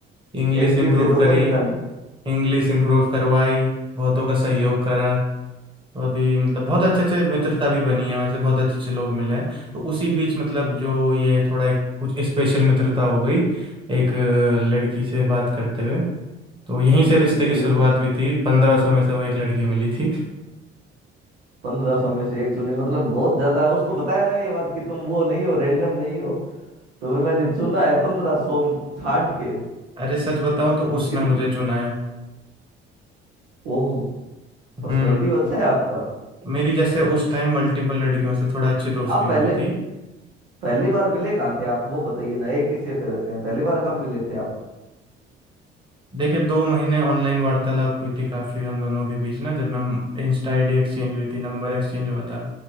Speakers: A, on the right; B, on the right.
A: इंग्लिश
B: एक
A: इम्प्रूव
B: तीर से दो
A: करी
B: दो निशाने
A: इंग्लिश इम्प्रूव करवाई बहुतों का सहयोग करा तो अभी मतलब बहुत अच्छे अच्छे मित्रता भी बनी है वैसे बहुत अच्छे अच्छे लोग मिले हैं तो उसी बीच मतलब जो ये थोड़ा एक कुछ स्पेशल मित्रता हो गई एक अ, लड़की से बात करते हुए तो यहीं से रिश्ते
B: बिल्कुल
A: की शुरुआत
B: ये तो
A: हुई थी पंद्रह सौ में से वो एक लड़की मिली थी
B: पंद्रह सौ में से एक चुनी मतलब बहुत ज्यादा उसको बताया ना ये बात कि तुम वो नहीं हो रैंडम नहीं हो तुम्हें मैंने चुना है पंद्रह सौ छांट के
A: अरे सच बताऊं तो
B: मतलब
A: उसने
B: कितने
A: मुझे चुना है
B: ओह पर्सपेक्टिव
A: हम्म
B: अच्छा है आपका
A: मेरी जैसे उस टाइम मल्टीपल लड़कियों से थोड़ा अच्छी दोस्ती
B: आप
A: हो
B: पहले
A: गई थी
B: पहली बार मिले कहाँ थे आप वो बताइए ना एक किस्से पे रहते हैं पहली बार कब मिले थे आप
A: देखिए दो महीने ऑनलाइन वार्तालाप हुई थी काफ़ी हम दोनों के बीच ना जब नम इंस्टा आईडी एक्सचेंज हुई थी नंबर एक्सचेंज हुआ था